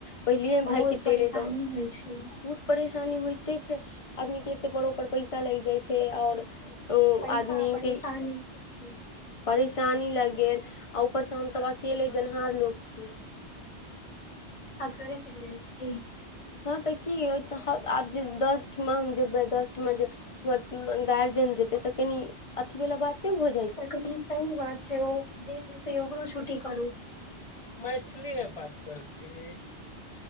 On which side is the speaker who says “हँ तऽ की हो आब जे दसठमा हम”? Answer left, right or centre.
Left